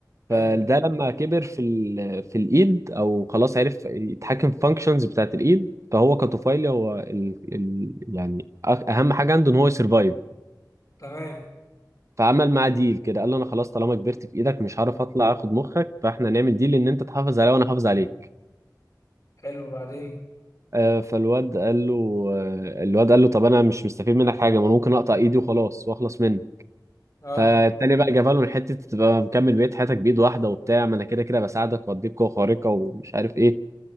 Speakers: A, on the right (about 45°); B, on the left (about 50°).
A: فده
B: حلو
A: لما كبر في ال... في الايد او خلاص عرف يتحكم في فانكشنز بتاعت الايد فهو كطفيلي هو ال... ال... يعني أ- اهم حاجه عنده ان هو يسرفايف
B: تمام
A: فعمل معاه ديل كده قال له انا خلاص طالما كبرت في ايدك مش هعرف اطلع اخد مخك فاحنا نعمل ديل ان انت تحافظ عليا وانا احافظ عليك
B: حلو وبعدين
A: آه، فالواد قال له آه، الواد قال له طب انا مش مستفيد منك حاجه ما انا ممكن اقطع ايدي وخلاص واخلص منك
B: اه
A: فالتاني بقى جابها له من حته تبقى مكمل بقيه حياتك بايد واحده وبتاع ما انا كده كده بساعدك واديك قوه خارقه ومش عارف ايه